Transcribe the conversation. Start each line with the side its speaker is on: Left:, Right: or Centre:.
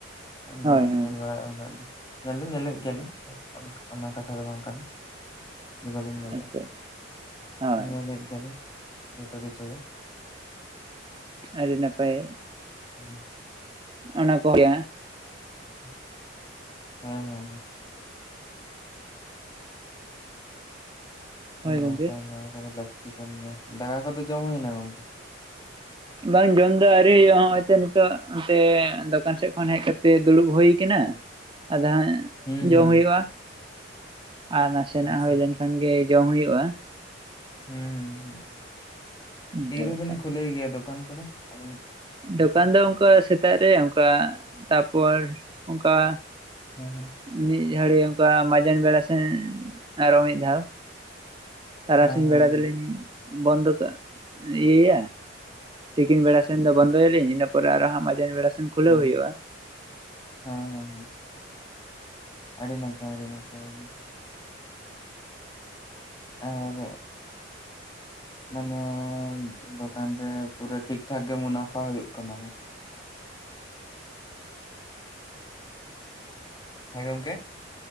Left: ᱵᱟᱹᱞᱤᱧ
Right: ᱦᱳᱭ ᱦᱳᱭ
Left: ᱧᱮᱞ ᱵᱟᱲᱟᱭᱮᱫᱼᱟ ᱩᱱᱟᱹᱜ ᱫᱚ᱾ ᱧᱮᱞ ᱫᱚ ᱧᱮᱞᱮᱫ ᱜᱮᱭᱟᱞᱮᱧ ᱚᱱᱟ ᱠᱟᱛᱷᱟ ᱫᱚ ᱵᱟᱝ ᱠᱟᱱᱟ᱾ ᱡᱮ ᱵᱟᱹᱞᱤᱧ ᱧᱮᱞᱮᱜᱼᱟ
Right: ᱟᱪᱪᱷᱟ ᱦᱳᱭ
Left: ᱧᱮᱞᱮᱫ ᱜᱮᱭᱟᱞᱤᱧ ᱡᱷᱚᱛᱚ ᱠᱤᱪᱷᱩ ᱜᱮ᱾
Right: ᱟᱹᱰᱤ ᱱᱟᱯᱟᱭ᱾
Left: ᱩᱸ᱾
Right: ᱚᱱᱟ ᱠᱚ <unintelligible>
Left: ᱦᱩᱸ᱾ ᱦᱮᱸ-ᱦᱮᱸ᱾
Right: ᱦᱳᱭ
Left: ᱟᱹᱰᱤ
Right: ᱜᱚᱝᱠᱮ
Left: ᱱᱟᱯᱟᱭ ᱱᱚᱣᱟ ᱠᱚᱫᱚ ᱞᱟᱹᱠᱛᱤ ᱠᱟᱱ ᱜᱮᱭᱟ ᱫᱟᱠᱟ ᱠᱚᱫᱚ ᱡᱚᱢ ᱦᱩᱭᱱᱟ ᱜᱚᱝᱠᱮ?
Right: ᱵᱟᱝ ᱡᱚᱢ ᱫᱚ ᱟᱹᱣᱨᱤ ᱦᱩᱭᱩᱜᱼᱟ ᱦᱚᱸᱜ-ᱚᱭ ᱛᱚ ᱱᱤᱛᱚᱜ ᱚᱱᱛᱮ ᱫᱚᱠᱟᱱ ᱥᱮᱫ ᱠᱷᱚᱱ ᱦᱮᱡ ᱠᱟᱛᱮ ᱫᱩᱲᱩᱵ ᱦᱩᱭ ᱠᱟᱱᱟ᱾ ᱟᱫᱚ ᱦᱟᱸᱜ
Left: ᱦᱩᱸ
Right: ᱡᱚᱢ
Left: ᱦᱩᱸ
Right: ᱦᱩᱭᱩᱜᱼᱟ ᱟᱨ ᱱᱟᱥᱮᱱᱟᱜ
Left: ᱟᱪᱪᱷᱟ
Right: ᱦᱩᱭ ᱞᱮᱱᱠᱷᱟᱱ ᱜᱮ ᱡᱚᱢ ᱦᱩᱭᱩᱜᱼᱟ᱾
Left: ᱦᱩᱸ ᱦᱩᱸ ᱦᱩᱸ
Right: ᱱᱤᱝᱠᱟᱹ
Left: ᱛᱤᱨᱮᱵᱤᱱ
Right: ᱞᱮᱠᱟ
Left: ᱠᱷᱩᱞᱟᱹᱭ ᱜᱮᱭᱟ ᱫᱚᱠᱟᱱ ᱠᱚᱫᱚ? <inaudible>
Right: ᱫᱚᱠᱟᱱ
Left: ᱚᱱᱠᱟ?
Right: ᱫᱚ ᱚᱱᱠᱟ ᱥᱮᱛᱟᱜ ᱨᱮ ᱚᱱᱠᱟ ᱛᱟᱯᱚᱨ ᱚᱱᱠᱟ
Left: ᱦᱩᱸ ᱦᱩᱸ᱾
Right: ᱢᱤᱫ ᱜᱷᱟᱹᱲᱤ ᱚᱱᱠᱟ ᱢᱟᱡᱟᱱ ᱵᱮᱲᱟ ᱥᱮ ᱟᱨᱚ ᱢᱤᱫ ᱫᱷᱟᱣ ᱛᱟᱨᱟᱥᱤᱧ
Left: ᱦᱮᱸ ᱦᱮᱸ
Right: ᱵᱮᱲᱟ ᱫᱚᱞᱤᱧ ᱵᱚᱱᱫᱚ ᱠᱟᱜ ᱤᱭᱟᱹᱭᱟ᱾ ᱛᱤᱠᱤᱱ ᱵᱮᱲᱟ ᱥᱮᱱ ᱫᱚ ᱵᱚᱱᱫᱚᱭᱟᱞᱤᱧ ᱤᱱᱟᱹ ᱯᱚᱨ ᱟᱨᱚ ᱦᱟᱸᱜ ᱢᱟᱡᱟᱱ ᱵᱮᱲᱟ ᱥᱮᱱ ᱠᱷᱩᱞᱟᱹᱣ
Left: ᱦᱮᱸ
Right: ᱦᱩᱭᱩᱜᱼᱟ, <inaudible>
Left: ᱦᱮᱸ ᱦᱮᱸ ᱦᱮᱸ ᱟᱹᱰᱤ ᱱᱟᱯᱟᱭ ᱟᱹᱰᱤ ᱱᱟᱯᱟᱭ ᱟᱰᱤ ᱱᱟᱯᱟᱭ।
Right: <inaudible>
Left: ᱟᱨ ᱢᱟᱱᱮ ᱫᱚᱠᱟᱱ ᱨᱮ ᱯᱩᱨᱟᱹ ᱴᱷᱤᱠᱴᱷᱟᱠ ᱜᱮ ᱢᱩᱱᱟᱯᱷᱟ ᱦᱩᱭᱩᱜ ᱠᱟᱱᱟ ᱵᱟᱝ? ᱦᱮᱸ ᱜᱚᱢᱠᱮ?